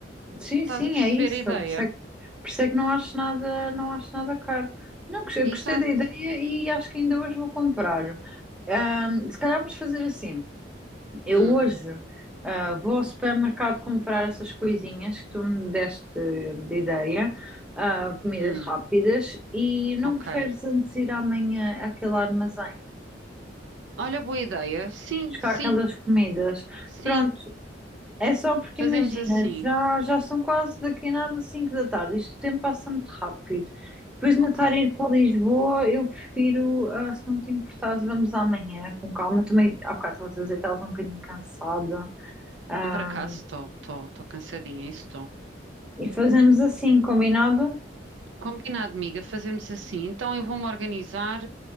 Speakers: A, in the centre; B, on the right (about 75°).
A: Sim,
B: Estás
A: sim,
B: a perceber
A: é isso.
B: a
A: Por
B: ideia?
A: isso é que, por isso é que não acho nada, não acho nada caro. Não, gostei
B: Exato.
A: gostei da ideia e acho que ainda hoje vou comprar. Ahm, se calhar vamos fazer assim. Eu
B: Hum,
A: hoje, ah, vou ao supermercado comprar essas coisinhas que tu me deste de ideia, ah, comidas
B: hum,
A: rápidas, e não
B: ok.
A: preferes antes ir amanhã àquele armazém,
B: Olha, boa ideia. Sim,
A: buscar
B: sim,
A: aquelas comidas.
B: sim,
A: Pronto, É só porque
B: fazemos
A: imagina,
B: assim.
A: já, já são quase daqui a nada 5 da tarde, isto o tempo passa muito rápido. Depois de
B: Ok.
A: Natar ir para Lisboa, eu prefiro, ah, se não te importares, vamos amanhã com calma. Também, há bocado estás a dizer que estavas um bocadinho cansada. Ah,
B: Ah, Por acaso estou, estou, estou cansadinha, isso estou.
A: e fazemos assim, combinado?
B: Combinado, amiga, fazemos assim. Então eu vou-me organizar.